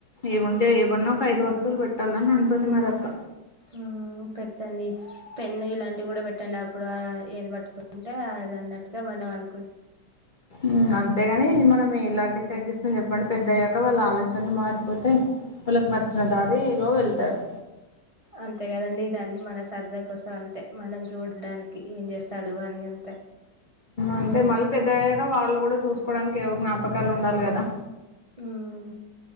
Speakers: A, on the left; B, on the right.
A: ఏముంటే ఏమన్నా ఒక ఐదు వస్తువులు పెట్టాలని అంటుంది, మరి అక్క
B: ఉమ్... పెట్టండి పెన్ను, ఇలాంటివి కూడా పెట్టండి. అప్పుడు ఏది పట్టుకుంటే అ ది అన్నట్గా మనం అను
A: మ్... అంతేగాని ఇది మనం ఎలా డి సైడ్ చేస్తాం చెప్పండి. పెద్ద అయ్యాక వాళ్ళు ఆలోచనలు మారిపోతాయి. వాళ్ళకి నచ్చిన దారి లో వెళ్తారు.
B: అంతే కదండి దాన్ని మన సరద కోసం అంతే, మనం చూడడానికి ఏం చేస్తాడు అని అంతే,
A: అంటే మళ్ళీ పెద్ద అయ్యాక వాళ్ళు కూడా చూసుకోవడానికి ఏవో జ్ఞాపకాలు ఉండాలి కదా
B: మ్